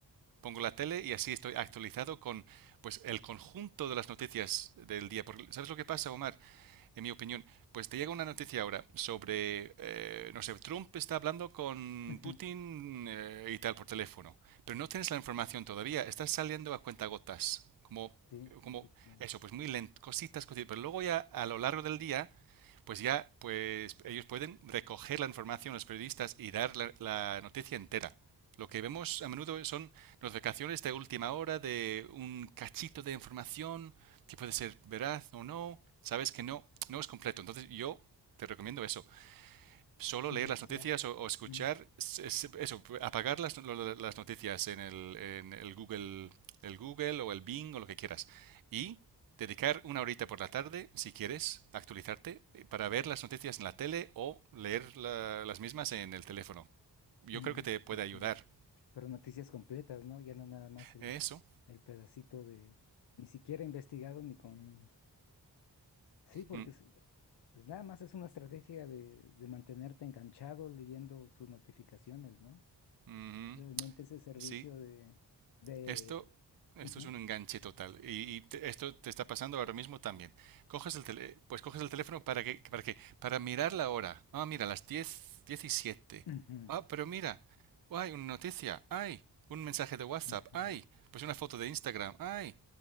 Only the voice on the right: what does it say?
pongo la tele y así estoy actualizado con pues el conjunto de las noticias del día. Porque, ¿sabes lo que pasa, Omar? En mi opinión, pues te llega una noticia ahora sobre, eh, no sé, Trump está hablando con
Putin eh, y tal por teléfono, pero no tienes la información todavía, estás saliendo a cuentagotas, como
como
eso, pues muy lento, cositas, cositas, pero luego ya a lo largo del día pues ya pues ellos pueden recoger la información, los periodistas, y dar la, la noticia entera. Lo que vemos a menudo son notificaciones de última hora de un cachito de información que puede ser veraz o no. Sabes que no, no es completo. Entonces yo te recomiendo eso solo
leer las noticias o, o escuchar,
es- eso, apagar las, las noticias en el, en el Google, el Google o el Bing o lo que quieras. Y dedicar una horita por la tarde, si quieres, actualizarte eh, para ver las noticias en la tele o leer la- las mismas en el teléfono. Yo
creo que te puede
ayudar.
Eso.
Mm,
ujú.
Sí,
Esto, esto
es un enganche total. Y, y te- esto te está pasando ahora mismo también. Coges el tele- pues coges el teléfono para que, para qué? para mirar la hora. Ah, mira, las diez diecisiete
Ah, pero mira, hay una noticia, hay un mensaje de WhatsApp,
hay pues una foto de Instagram, hay